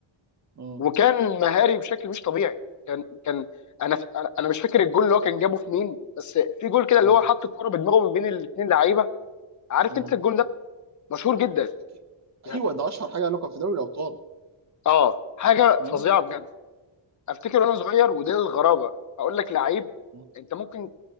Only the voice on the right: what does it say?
مم.
مم.
مم.
اكيد
ايوه ده اشهر حاجه له كان في دوري الابطال
مم.
مم.